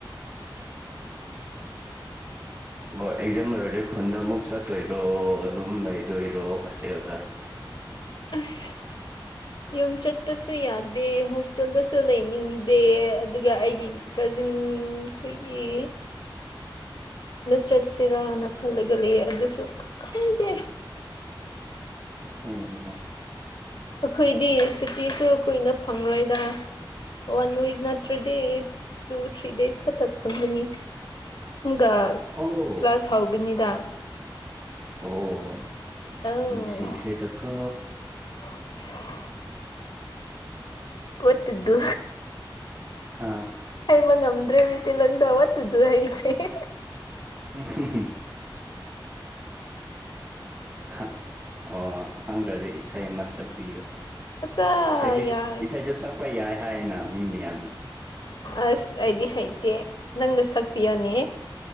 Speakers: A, on the right; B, on the left.
A: ꯑꯣ ꯑꯦꯛꯖꯥꯝ ꯂꯩꯣꯏꯔꯗꯤ ꯈꯨꯟꯗ ꯑꯃꯨꯛ ꯆꯠꯇꯣꯏꯔꯣ ꯑꯗꯨꯝ ꯂꯩꯗꯣꯏꯔꯣ ꯍꯣꯁꯇꯦꯜꯗ <unintelligible>
B: ꯑꯁ ꯌꯨꯝ ꯆꯠꯄꯁꯨ ꯌꯥꯗꯦ ꯍꯣꯁꯇꯦꯜꯗꯁꯨ ꯂꯩꯅꯤꯡꯗꯦ ꯑꯗꯨꯒ ꯑꯩꯒꯤ ꯀꯖꯤꯟ ꯈꯣꯏꯒꯤ ꯗ ꯆꯠꯁꯤꯔꯥꯅ ꯈꯜꯂꯒ ꯂꯩꯌꯦ ꯑꯗꯨꯁꯨ
A: <unintelligible>
B: ꯈꯪꯗꯦ
A: ꯑꯣ ꯕꯥꯕꯥ
B: ꯑꯩꯈꯣꯏꯗꯤ ꯆꯨꯇꯤꯁꯨ ꯀꯨꯏꯅ ꯐꯪꯂꯔꯣꯏꯗ ꯋꯥꯟ ꯋꯤꯛ ꯅꯠꯇ꯭ꯔꯗꯤ ꯇꯨ ꯊ꯭ꯔꯤ ꯗꯦꯖ ꯈꯛꯇ ꯐꯪꯒꯅꯤꯒꯁ
A: <unintelligible>
B: ꯊꯧꯒꯅꯤꯗ
A: ꯑꯣ
B: ꯑꯧ
A: ꯅꯨꯡꯁꯤꯈ꯭ꯔꯦꯗꯀꯣ
B: <unintelligible> ꯋꯥꯠ ꯇꯨ ꯗꯨ
A: ꯍꯥꯥ
B: ꯍꯩꯕ ꯉꯝꯗ꯭ꯔꯦ ꯃꯤꯇꯤꯂꯣꯟꯗ ꯑꯃꯇꯨꯗ ꯍꯩꯇꯔ꯭ꯦ
A: <unintelligible> ꯈꯪ ꯑꯣ ꯈꯪꯗ꯭ꯔꯗꯤ ꯏꯁꯩ ꯑꯃ ꯁꯛꯄꯤꯌꯨ
B: ꯑꯠꯆꯥ
A: ꯏꯁꯩꯁꯦ
B: ꯌꯥꯔꯦ
A: ꯏꯁꯩꯁꯨ ꯁꯛꯄ ꯌꯥꯏ ꯍꯥꯏꯌꯦꯅ ꯃꯤ ꯃꯌꯥꯝꯅ
B: ꯑꯁ ꯑꯩꯗꯤ ꯍꯩꯇꯦ ꯅꯪꯅ ꯁꯛꯄꯤꯌꯣꯅꯦ